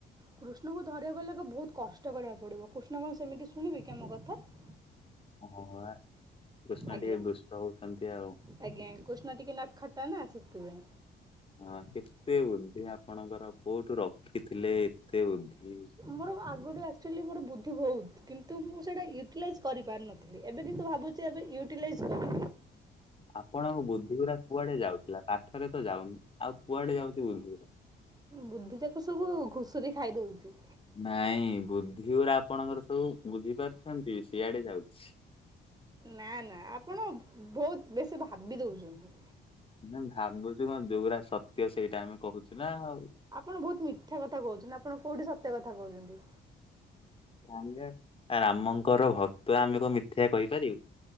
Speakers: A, on the right; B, on the left.
A: କୃଷ୍ଣଙ୍କୁ ଧରିବାକୁ ଗଲେ ବହୁତ୍ କଷ୍ଟ କରିବାକୁ ପଡି଼ବ କୃଷ୍ଣ କଣ ସେମିତି ଶୁଣିବି କଣ ସେମିତି ଶୁଣିବେକି ଆମ କଥା
B: ହଁ ପା କୃଷ୍ଣ
A: ଆଜ୍ଞା
B: ଟିକେ ଦୁଷ୍ଟ ହଉଛନ୍ତି ଆଉ
A: ଆଜ୍ଞା କୃଷ୍ଣ ଟିକେ ନଟ୍ ଖଟା ନା ସେଥିପାଇଁ।
B: ହଁ କେତେ ବୁଦ୍ଧି ଆପଣଙ୍କର କୋଉଠୁ ରଖିଥିଲେ ଏତେ ବୁଦ୍ଧି।
A: ମୋର ଆଗରୁ ଆକ୍ଚୁଆଲି ମୋର ବୁଦ୍ଧି ବହୁତ୍ କିନ୍ତୁ ମୁଁ ସେଇଟା ୟୁଟିଲାଇଜ୍ କରିପାରିନଥିଲି। ଏବେ କିନ୍ତୁ ଭାବୁଛି ଏବେ ୟୁଟିଲାଇଜ୍ କଲି
B: ଆପଣଙ୍କ ବୁଦ୍ଧିଗୁଡା କୁଆଡ଼େ ଯାଉଥିଲା ପାଠରେ ତ ଯାଉନି ଆଉ କୁଆଡେ ଯାଉଛି ବୁଦ୍ଧିଗୁଡ଼ା।
A: ବୁଦ୍ଧି ଯାକ ସବୁ ଘୁଷୁରୀ ଖାଇ ଦଉଛି।
B: ନାଇଁ ବୁଦ୍ଧି ଉରା ଆପଣଙ୍କର ସବୁ ବୁଝି ପାରୁଛନ୍ତି ସିଆଡ଼େ ଯାଉଛି।
A: ନା ନା ଆପଣ ବହୁତ ବେଶୀ ଭାବି ଦଉଛନ୍ତି।
B: ନା ଭାବୁଛୁ କଣ ଯୋଉଗଡା ସତ୍ୟ ସେଇଟା ଆମେ କହୁଛୁ ନା ଆଉ।
A: ଆପଣ ବହୁତ ମିଥ୍ୟା କଥା କହୁଛନ୍ତି। ଆପଣ କୋଉଠି ସତ୍ୟ କଥା କହୁଛନ୍ତି।
B: ଆମ ରାମଙ୍କର ଭକ୍ତ ଆମେ କ ମିଥ୍ୟା କହିପାରିବୁ।